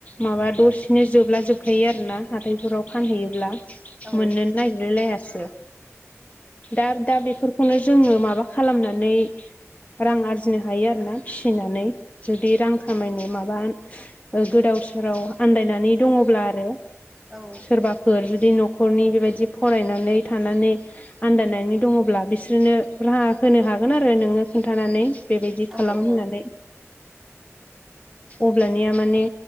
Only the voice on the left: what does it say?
माबा दसेनो जोबला जोबखायो आर ना हाथायफोराव फानहैयोब्ला मोननोनो
नागिरलायलायासो दा दा बेफोरखौनो जोङो माबा खालामनानै रां आरजिनो हायो आरोना फिसिनानै जुदि रां खामायनो माबा गोदाव सोराव आन्दायनानै दङब्ला आरो
सोरबाफोर जुदि न'खरनि बेबायदि फरायनानै थानानै आन्दानानै दङोब्ला बिसोरनो राहा होनो हागोन आरो नोङो खोनन्थानानै बेबायदि
खालाम
होननानै। अब्लानिया माने